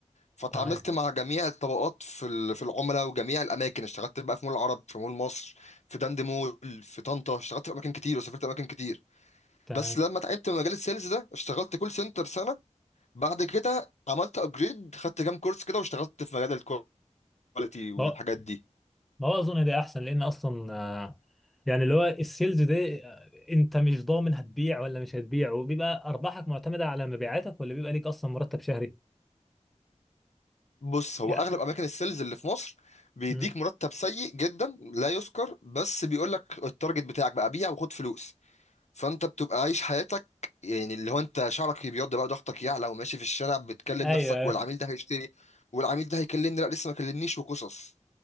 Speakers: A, on the left; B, in the centre.
A: فتعاملت
B: تمام
A: مع جميع الطبقات في ال- في العملاء وجميع الاماكن اشتغلت بقى في مول العرب في مول مصر في دند مول في طنطا اشتغلت في اماكن كتير وسافرت اماكن كتير
B: تمام
A: بس لما تعبت من مجال السيلز ده اشتغلت كول سنتر سنه بعد كده عملت ابجريد خدت كام كورس كده واشتغلت في مجال الكواليتي والحاجات
B: ما
A: دي
B: ما هو اظن ده احسن لان اصلا آه، يعني اللي هو السيلز ده آه، انت مش ضامن هتبيع ولا مش هتبيع وبيبقى ارباحك معتمده على مبيعاتك ولا بيبقى ليك اصلا مرتب شهري
A: بص هو
B: يعني
A: اغلب اماكن السيلز اللي في مصر بيديك
B: مم.
A: مرتب سيء جدا لا يذكر بس بيقول لك التارجت بتاعك بقى بيع وخد فلوس فانت بتبقى عايش حياتك يعني اللي هو انت شعرك بيبيض بقى ضغطك يعلى وماشي في الشارع بتكلم
B: ايوه
A: نفسك
B: أيوه.
A: والعميل ده هيشتري والعميل ده هيكلمني لا لسه ما كلمنيش وقصص